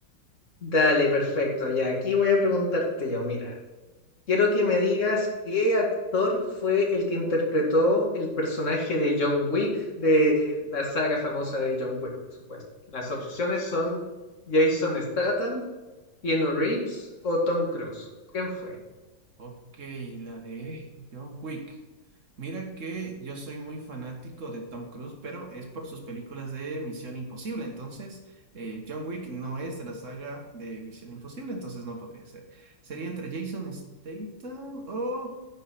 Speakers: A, on the left; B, on the right.
A: Dale, perfecto. Ya, aquí voy a preguntarte yo, mira. Quiero que me digas qué actor fue el que interpretó el personaje de John Wick de la saga famosa de John Wick, por supuesto. Las
B: Ok.
A: opciones son Jason Statham, Keanu Reeves o Tom Cruise. ¿Quién fue?
B: Ok, la de John Wick. Mira que yo soy muy fanático de Tom Cruise, pero es por sus películas de Misión Imposible. Entonces, eh, John Wick no es de la saga de Misión Imposible, entonces no podría ser. Sería entre Jason Statham o